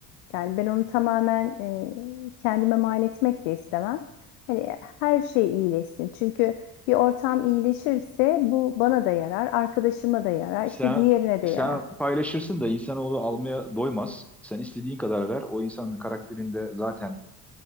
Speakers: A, on the left; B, in the centre.
A: Yani ben onu tamamen e, kendime mal etmek de istemem. Hani her şey iyileşsin. Çünkü bir ortam iyileşirse bu bana da yarar, arkadaşıma da yarar,
B: Sen
A: işte diğerine de
B: sen
A: yarar.
B: paylaşırsın da insanoğlu almaya doymaz. Sen istediğin kadar ver. O insanın karakterinde zaten